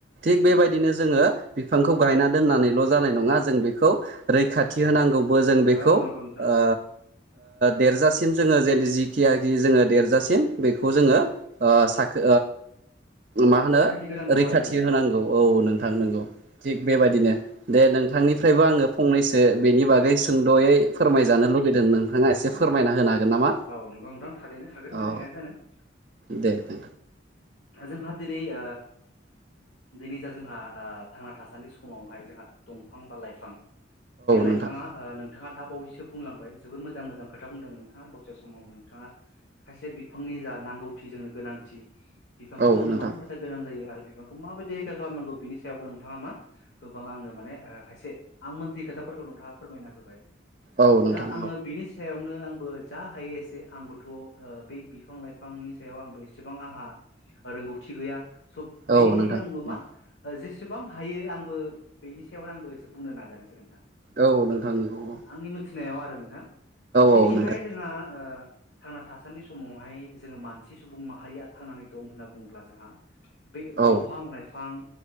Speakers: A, on the right; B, on the left.
A: थिग बेबायदिनो
B: औ
A: जोङो बिफांखौ गायना दोननानैल' जानाय नङा
B: औ
A: जों बेखौ रैखाथि होनांगौ। बो जों
B: औ
A: बेखौ
B: औ
A: ओ
B: नंगौ नोंथां औ
A: देरजासिम जोङो जे जिखियाखि जोङो देरजासिम बेखौ जोङो
B: औ
A: ओ
B: औ
A: साखो
B: औ
A: मा होनो
B: रैखाथि होनांगौ
A: रैखाथि
B: आरो जोङो
A: होनांगौ औ नोंथां
B: औ
A: नंगौ थिग बेबायदिनो दे
B: औ
A: नोंथांनिफ्रायबो आङो फंनैसो बेनि बागै सों दयै फोरमायजानो लुुबैदों नोंथाङा एसे
B: औ
A: फोरमायना होनो हागोन नामा
B: औ नंगौ नोंथां थारैनो हागोन
A: औ
B: <inaudible>
A: दे दे
B: जोंहा दिनै ओ दिनै जा जोंहा ओ थांना थासान्दि समावहाय जोंहा दंफां बा लाइफां बे लाइफाङा
A: नोंथां
B: ओ नोंथाङा दा बावैसो बुंलांबाय जोबोर मोजां मोजां खोथा बुंदों नोंथाङा दसे समावनो नोंथाङा खायसे बिफांनि जा नांगौथि जोंनो गोनांथि बिफांखौ
A: औ नोंथां औ
B: जोंनो
A: नोंथां
B: मानो थाखाय गोनां जायो आरो बिफांखौ माबायदि रैखा खालामनांगौ बिनि सायावबो नोंथाङा मा गोबां आंनो माने खायसे आं मोनथियि खोथा नोंथाङा फोरमायना होबाय
A: औ नोंथां
B: दा आङो बेनि सायावनो आंबो जा हायो एसे आंबोथ' बे बिफां लाइफांनि सायाव आंबो एसेबां आंहा रोंगौथि गैया स'
A: औ
B: बेनिखायनो
A: औ नोंथां
B: आंबो
A: औ
B: मा जे जेसेबां हायो आंबो बेनि सायावनो आंबो एसे बुंनो नाजानोसै नोंथां
A: औ नोंथां नंगौ औ
B: आंनि मिथिनायाव आरो नोंथां दिनैहाय
A: औ नोंथां
B: जोंहा ओ थांना थासान्दि समावहाय जोङो मानसि सुबुं माहारिया थांनानै दं होनना बुङोब्ला जोंहा बे
A: औ
B: दंफां लाइफां